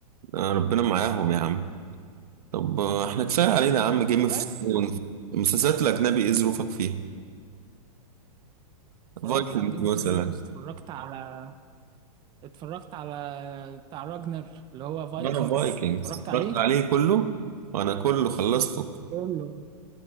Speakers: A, on the right (about 70°); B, on the right (about 20°).
A: آه، ربنا معاهم يا عم طب آه، إحنا كفاية علينا يا عم جيم اوف
B: بس
A: ثرونز المسلسلات الأجنبي إيه ظروفك فيها؟
B: اتفرجت
A: فايكنجز
B: على جيم اوف
A: مثلا
B: ثرونز اتفرجت على اتفرجت على بتاع راجنر اللي هو فايكنجز
A: أنا فايكنجز
B: اتفرجت عليه
A: اتفرجت عليه كله وأنا كله خلصته
B: كله